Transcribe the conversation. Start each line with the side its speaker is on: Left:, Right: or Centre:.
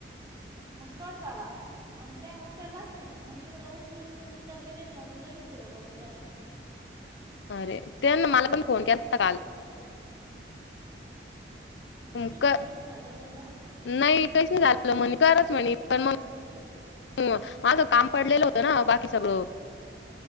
Right: मग कट झाला म्हणजे त्याने उचललाच नाही मग इकडं उचलून उत्तर नाय देत म्हणून लगेच जिरो पडून गेला.
Left: अरे ते ना मला पण फोन केलता काल. मग
Right: तुझा
Left: क
Right: अन त्यांचं झालं बोल ना?
Left: <unintelligible> हो माझं काम पडलेलं होतं ना बाकी सगळं.